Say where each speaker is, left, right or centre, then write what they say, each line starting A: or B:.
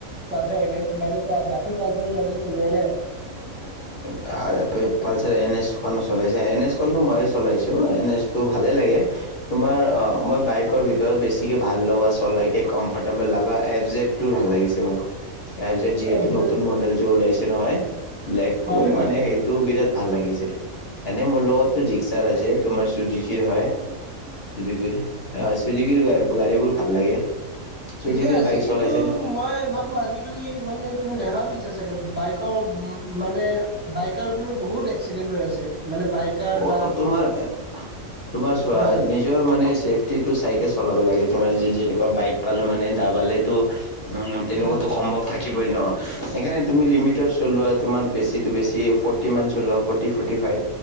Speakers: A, on the right (about 15°); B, on the left (about 55°).
A: পালছাৰ এন এক্স বাৰু বাকি পালছাৰৰ মডেল চলোৱা নাই আৰু।
B: উম উ উম উম অ'- আ- পালছাৰ এন এছখন চলাইছে। এন এছখনতো মইয়ে চলাইছোঁ। এন এছ তো ভালেই লাগে। তোমাৰ অ' মই বাইকৰ ভিতৰত বেছিকে ভাল লগা চলাইকে কমফৰ্টেবল লগা এফ জেডটো ভাল লাগিছে ম ক। তাৰ পিছত যিহেতু
A: এফ জেড
B: নতুন মডেলটো ওলাইছে নহয়, ব্লেকটো
A: হয়
B: মানে,
A: হয়
B: সেইটো বিৰাত ভাল লাগিছে। এনে মোৰ লগতো জিকছাৰ আছে। তোমাৰ ছুজিকিৰ হয়। চুযুকিৰে অহ চুযুকিৰ গা -গাড়ীবোৰ ভাল লাগে। চুজুকিৰ
A: ঠিকে আছে
B: বাইক
A: কিন্তু
B: চলাইছে নে?
A: মই ভাবো আজিকালি মানে তুমি দেখা পাইছা চাগে। বাইকৰ মানে বাইকাৰবোৰৰ বহুত এক্সিডেন্ট হৈ আছে। মানে বাইকাৰ
B: অ
A: বা
B: তোমাৰ তোমাৰ চোৱা,
A: হয় হয়
B: নিজৰ মানে ছেফটিটো চাইকে চলাব লাগে। তোমাৰ যি যেনেকুৱা বাইক পালোঁ মানে, দাবালেটো উভ, তেনেকুৱাতো
A: হয়
B: সম্ভৱ থাকিবই ন'? সেইকাৰণে তুমি লিমিটত চলোৱা। তোমাৰ বেছিতো বেছি ফৰ্টি মান চলোৱা। ফৰ্টী- ফৰ্টী ফাইভ